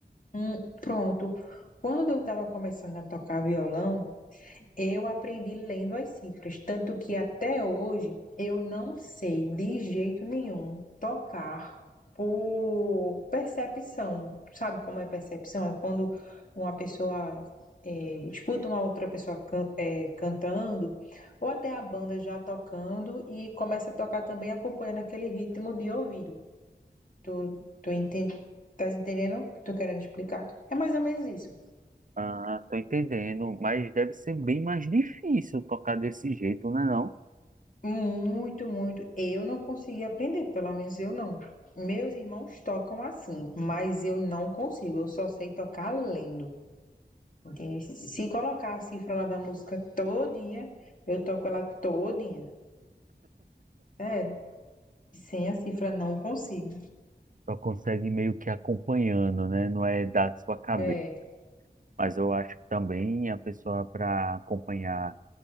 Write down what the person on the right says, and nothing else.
Ah, tô entendendo, mas deve ser bem mais difícil tocar desse jeito, né não?
Só consegue meio que acompanhando, né? Não é da sua cabeça.
Mas eu acho que também a pessoa para acompanhar